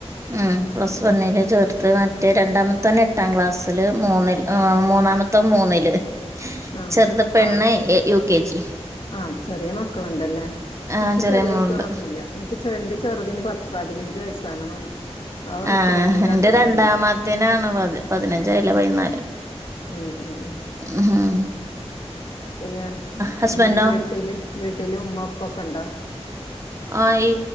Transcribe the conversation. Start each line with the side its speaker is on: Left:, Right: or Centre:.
Right: ഉം പ്ലസ്
Left: ഉം
Right: വണ്ണിലേ ചേർത്ത് മറ്റേ രണ്ടാമത്തോ എട്ടാം ക്ലാസ്സില് മൂന്നില് മൂന്നാമത്തോ മൂന്നില്
Left: ആഹ്
Right: ചെറുത് പെണ്ണ്എ
Left: ആഹ്
Right: യു കെ ജി
Left: ആഹ് ചെറിയ മക്കളുണ്ടല്ലേ
Right: ആഹ്
Left: നിനിക്ക് ചെറിയ
Right: മോളുണ്ട്
Left: കുട്ടികളൊന്നുംല്ല നിനിക്ക്െ എന്റെ ചെറുതന് പ പതിനഞ്ച് വയസ്സാണ് അവൻ
Right: ആ
Left: തൊഴിയൂരാണ്
Right: എന്റെ
Left: പഠിക്കണത്
Right: രണ്ടാമത്തിനാണ് പത് പതിനഞ്ച അല്ല പതിനാല്
Left: ഉം ഉം ഉം
Right: ഉം
Left: പിന്നെ
Right: ഹസ്ബൻഡോ
Left: വീട്ടില് വീട്ടില് ഉമ്മപ്പൊക്കെ ഉണ്ടോ
Right: ആ ഈ